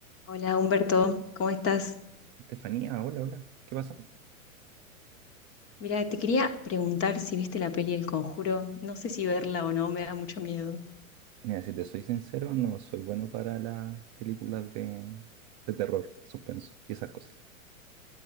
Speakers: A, on the left; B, on the right.
A: Hola Humberto, ¿cómo estás?
B: Estefanía, hola, hola. ¿Qué pasa?
A: Mira, te quería preguntar si viste la peli El Conjuro. No sé si verla o no, me da mucho miedo.
B: Mira, si te soy sincero, no soy bueno para las películas de, de terror, suspenso y esas cosas.